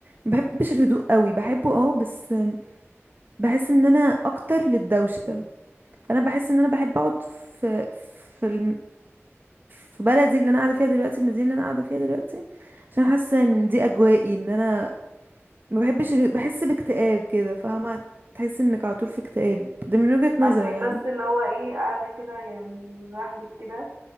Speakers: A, on the right (about 45°); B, on the right (about 80°).
A: بحبش الهدوء قوي بحبه اه بس بحس ان انا اكتر للدوشه فانا بحس ان انا بحب اقعد في في الم... في بلدي اللي انا قاعده فيها دلوقتي المدينه اللي انا قاعده فيها دلوقتي عشان حاسه ان دي اجوائي ان انا ما بحبش ال- بحس باكتئاب كده فاهمه تحس انك على طول في اكتئاب ده من وجهه نظري
B: عشان
A: يعني
B: بس اللي هو ايه قاعدة كده يعني لوحدك كده